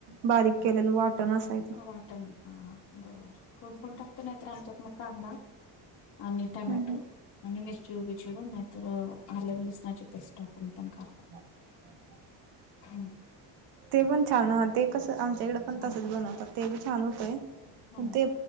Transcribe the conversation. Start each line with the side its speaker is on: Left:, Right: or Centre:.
Right: बारीक केलेलं वाटण असाय
Left: हा वाटण हा हा बरोबर कोण कोण टाकत नाही. तर आमच्यात मग कांदा. आणि टोमॅटो
Right: हम्म.
Left: आणि मिरची उभी चिरून नाहीतर, आले लसणाची पेस्ट टाकून पण खा
Right: <inaudible>
Left: हम्म.
Right: ते पण छान होत. ते कसं आमच्या इकडं पण
Left: हा
Right: तसंच बनवतात, ते बी छान होतंय
Left: हा
Right: ते.